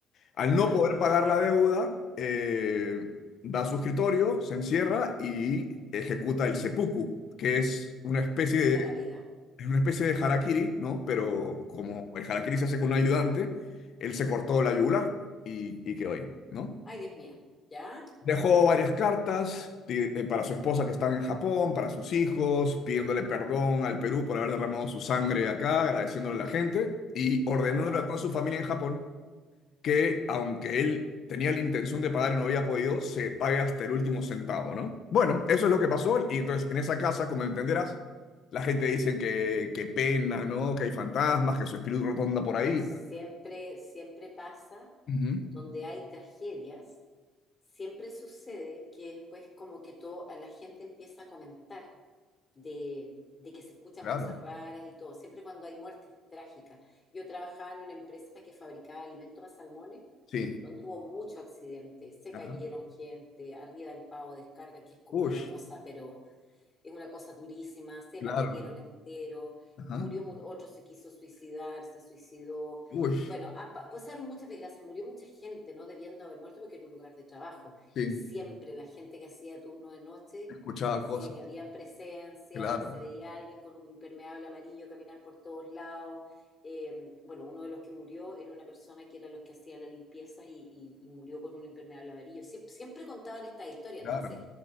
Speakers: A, on the left; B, on the left.
A: Al
B: ¿ya?
A: no poder pagar la deuda, eh, da su escritorio, se encierra y ejecuta
B: Se mata,
A: el seppuku, que es una especie
B: se quita
A: de
B: la vida.
A: es una especie de harakiri, ¿no? Pero como
B: Mm.
A: el harakiri se hace con un ayudante, él se cortó la yugular y, y quedó ahí, ¿no?
B: Ay, Dios mío, ¿ya?
A: Dejó varias cartas di- eh, para su esposa que están en Japón, para sus hijos, pidiéndole perdón al Perú por haber derramado su sangre acá, agradeciéndole a la gente y ordenándole
B: Wow.
A: a toda su familia en Japón que aunque él tenía la intención de pagar y no había podido, se pague hasta el último centavo, ¿no? Bueno, eso es lo que pasó y entonces en esa casa, como entenderás, la gente dicen que, que pena, ¿no? Que hay fantasmas, que su espíritu rotonda
B: Bueno,
A: por ahí.
B: siempre, siempre pasa
A: Ujú,
B: donde hay tragedias, siempre sucede que después como que todo, la gente empieza a comentar de, de que se escuchan
A: Claro,
B: cosas raras y todo, siempre cuando hay muertes trágicas. Yo trabajaba en una empresa que fabricaba alimentos para salmones,
A: sí.
B: donde hubo mucho accidente, se
A: Ajá.
B: cayeron gente, arriba del pavo de descarga, que es como
A: Uy,
B: una cosa, pero es una cosa durísima, se
A: claro.
B: partieron entero,
A: Ajá.
B: murió, mu- otro se quiso suicidar, se suicidó.
A: Uy,
B: Bueno, ha pa- pasaron muchas desgracias, murió mucha gente, no debiendo haber muerto porque era un lugar de trabajo.
A: sí,
B: Y siempre la gente que hacía turno de noche
A: escuchaba
B: decía
A: cosas.
B: que habían presencia,
A: Claro,
B: se veía alguien con un impermeable amarillo caminar por todos lados. Eh, bueno, uno de los que murió era una persona que era los que hacía la limpieza y, y- y murió con un impermeable amarillo. Sie- siempre contaban esta historia,
A: claro,
B: entonces